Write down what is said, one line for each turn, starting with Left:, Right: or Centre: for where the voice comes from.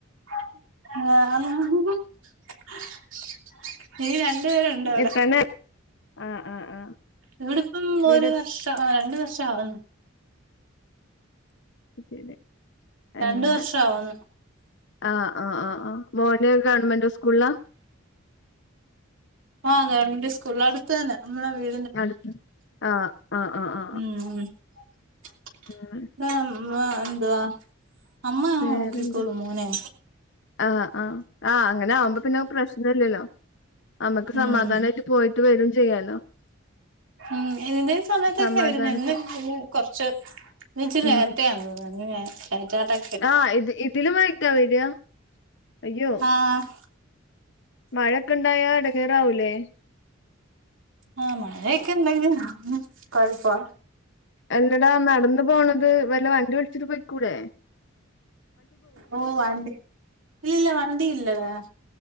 Right: <unintelligible> ഇനി രണ്ടു പേരുണ്ട് അവിടെ
Left: എത്താനാ ആ ആ ആ
Right: ഇവിടിപ്പം
Left: ഇവിടെ
Right: ഒരു വർഷം രണ്ട് വർഷആക്ണ്..
Left: <unintelligible>
Right: രണ്ട്
Left: അങ്ങനെ
Right: വർഷആവുന്നു..
Left: ആഹ് ആഹ് ആഹ്ആഹ്മോന് ഗവൺമെന്റ് സ്കൂളിലാ
Right: ആഹ് ഗവൺമെന്റ് സ്കൂളിലാ അടുത്ത് തന്നെ നമ്മളെ വീ..
Left: അടുത് ആ ആ ആഹ് ആ. ഹ്.
Right: മ്മ്ഹ് <unintelligible>
Left: അങ്ങനെ
Right: എന്തുവാ.. അമ്മ അവനോക്കിക്കോളും.
Left: വേറെന്താ
Right: മോനെ..
Left: ആഹ് ആഹ് ആഹ്അങ്ങനെ ആവുമ്പോ പിന്നെ പ്രശ്നല്ല്യല്ലോ.. അമ്മക്ക്
Right: ഉം
Left: സമാധാനായിട്ട് പോയിട്ട് വരും ചെയ്യാലോ..
Right: ഉം ഇതിന്റെ ഈ സമയത്തൊക്കെ
Left: സമാധാനത്തിൽ
Right: <unintelligible> കൊർച്ച്
Left: ഉം
Right: നേരത്തെ.. ണ <unintelligible> എറ്റാതെ
Left: ആഹ് ഇത് ഇതിലും വെകിട്ട വരാ അയ്യോ..
Right: ആഹ്..
Left: മഴൊക്കെണ്ടായാ എടങ്ങെറാവൂലേ..
Right: ആഹ് മഴയൊക്കെ ണ്ടങ്കില കൊഴപ്പം..
Left: എല്ലടാ നടന്ന് പോണത് വല്ല വണ്ടി വിളിച്ചിട്ട്. പോയിക്കൂടെ..
Right: ഓ വണ്ടി ഇല്ല ഇല്ല വണ്ടി ഇല്ലടാ.